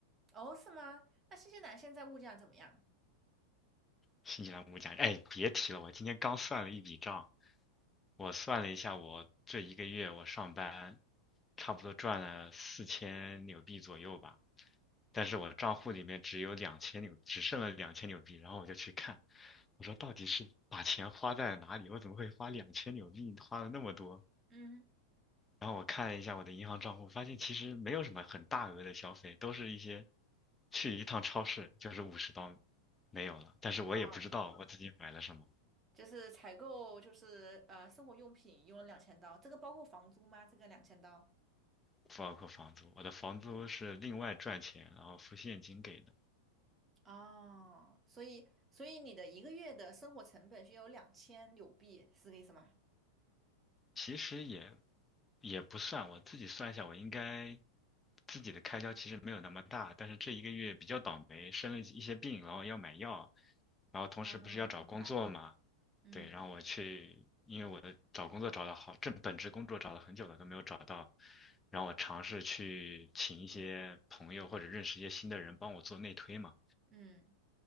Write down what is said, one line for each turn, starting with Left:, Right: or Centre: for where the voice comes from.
Right: 哦，是吗？那新西兰现在物价怎么样？
Left: 新西兰物价，哎，别提了，我今天刚算了一笔账，我算了一下，我这一个月我上班，差不多赚了四千纽币左右吧，但是我账户里面只有两千纽，只剩了两千纽币，然后我就去看，我说到底是把钱花在了哪里？我怎么会花两千纽币，花了那么多？
Right: 嗯，
Left: 然后我看了一下我的银行账户，发现其实没有什么很大额的消费，都是一些去一趟超市就是五十刀没有了。但是我也不知道我自己买了什么，
Right: 哦，就是采购就是呃生活用品用了两千刀，这个包括房租吗？这个两千刀？
Left: 不包括房租，我的房租是另外赚钱，然后付现金给的。
Right: 哦，所以所以你的一个月的生活成本是有两千纽币，是这个意思吗？
Left: 其实也也不算，我自己算一下，我应该自己的开销其实没有那么大，但是这一个月比较倒霉，生了一些病，然后要买药，然后同时不是要找工作嘛，
Right: 啊，明白，嗯
Left: 对，然后我去，因为我的找工作找了好，正本职工作找了很久了都没有找到，然后我尝试去请一些朋友或者认识一些新的人帮我做内推嘛。
Right: 嗯。